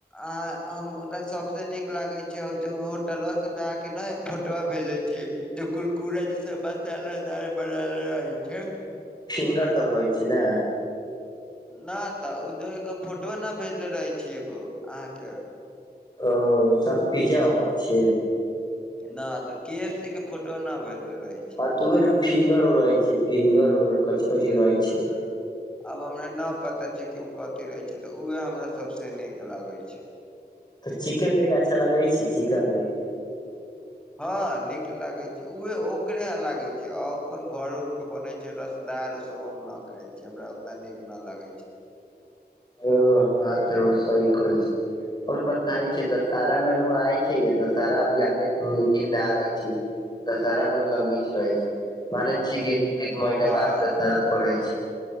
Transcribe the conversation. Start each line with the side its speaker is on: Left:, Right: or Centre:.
Centre: आ हमरा सबसे नीक लागे छै ओ जे होटलवा सबमे अहांके ना फोटवा भेजै छी। जे कुरकुरे जैसे मसालादार बनल रहै छै।
Left: फिंगर सब रहै छै ने
Centre: न तऽ ऊ जे एगो फोटवा न भेजले रहे छी एगो अहाँके
Left: ओ सब पिज्जा ओ छै।
Centre: न तऽ के एफ सी के फोटवा ना भेजले रहै छी
Left: हा त उहे न फिंगर और रहै छै फिंगर और कोनची कोनची रहै छै।
Centre: आब हमरा न पता छै कि ऊ कथी रहै छै तऽ उहे हमरा सभसे नीक लागै छै।
Left: तऽ चिकेन लेग अच्छा लगै छै चिकन लेग?
Centre: हँ नीक लागे छै उहे ओकरे यहां लागै छै अपन घर उर के बनै जे रसदार ओ सब हम नहि खाइ छि हमरा ओतना नीक नहि लागै छै।
Left: हँ बात त अहाँ सही कहय छी। <unintelligible> दशहरा बहुत लंगीच रहै छै मने छिय कि एक महिना
Centre: हँ
Left: बाद दशहरा परैय रहै छै।